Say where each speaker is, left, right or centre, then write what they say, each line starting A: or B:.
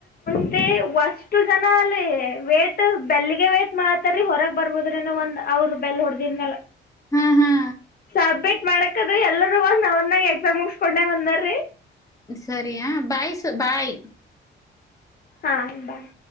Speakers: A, on the left; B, on the left.
A: ತ್ತಿ ವಷ್ಟು ಜನ ಅಲ್ಲಿ ವೇಟ್ ಬೆಲ್ಲಿಗೆ ವೇಟ್ ಮಾಡ್ತಾರೀ ಹೊರಗ್ ಬರ್ಬೋದ್ರಿನೂ ಒಂದ್ ಅವರು ಬೆಲ್ ಹೊಡ್ದಿದ ಮ್ಯಾಲ
B: ಹಾ ಹಾ
A: ಸಬ್ಮಿಟ್ ಮಾಡಕದ ಎಲ್ಲರೂ ಒಂದ ಅವ್ರ್ನೆ ಎಕ್ಸಾಮ್ ಮುಗಸ್ಕೊಂಡ್ ಬಂದಾರ್ <unintelligible>
B: ಸರಿಯಾ ಬಾಯ್ಸು ಬಾಯ್
A: ಹಾಯ್ <unintelligible>